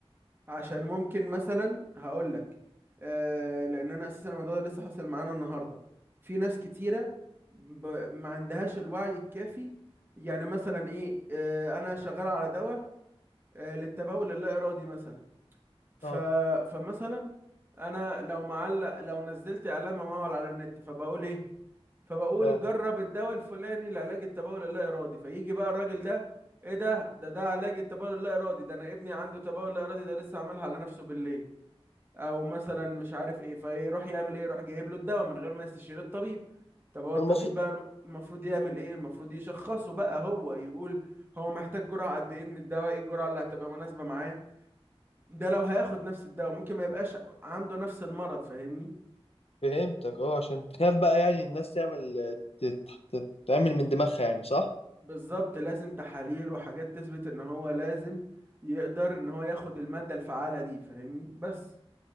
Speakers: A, on the right; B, on the left.
A: عشان ممكن مثلا هقول لك آه لأن أنا أساسا الموضوع ده لسه حاصل معانا النهاردة في ناس كتيرة ب... ما عندهاش الوعي الكافي يعني مثلا إيه آه أنا شغال على دواء آه للتبول اللا إرادي مثلا ف...
B: اه
A: فمثلا انا لو معلق لو نزلت اعلان ممول على النت فبقول ايه فبقول
B: اه
A: جرب الدواء الفلاني لعلاج التبول اللا ارادي فيجي بقى الراجل ده ايه ده ده ده علاج التبول اللا ارادي ده انا ابني عنده تبول لا ارادي ده لسه عاملها على نفسه بالليل او مثلا مش عارف ايه فيروح يعمل ايه يروح جايب له الدواء من غير ما يستشير الطبيب طب هو الطبيب
B: انا ما اقصدش
A: بقى الم- المفروض يعمل ايه المفروض يشخصه بقى هو يقول هو محتاج جرعة قد ايه من الدواء ايه الجرعة اللي هتبقى مناسبة معاه ده لو هياخد نفس الدواء ممكن ما يبقاش عنده نفس المرض فاهمني
B: فهمتك اه عشان تخاف بقى يعني الناس تعمل تت... تت... تعمل من دماغها يعني صح
A: بالظبط لازم تحاليل وحاجات تثبت ان هو لازم يقدر ان هو ياخد المادة الفعالة دي فاهمني بس